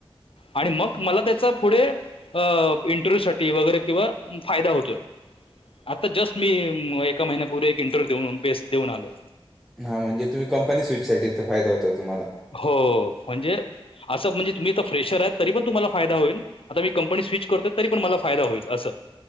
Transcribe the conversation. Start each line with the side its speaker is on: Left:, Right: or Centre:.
Left: आणि मग मला त्याचा पुढे अ इंटरव्ह्यू साठी वगैरे किंवा फायदा होतोय. आता जस्ट मी एका महिन्यापूर्वी एक इंटरव्ह्यू देऊन, बेस देऊन आलोय.
Centre: हा म्हणजे तुम्ही कंपनी स्विचसाठी इथं फायदा होतोय. तुम्हाला
Left: हो म्हणजे असं म्हणजे तुम्ही तर फ्रेशर आहेत. तरी पण तुम्हाला फायदा होईल? आता मी कंपनी स्विच करतोय <inaudible> तरी पण मला फायदा होईल असं.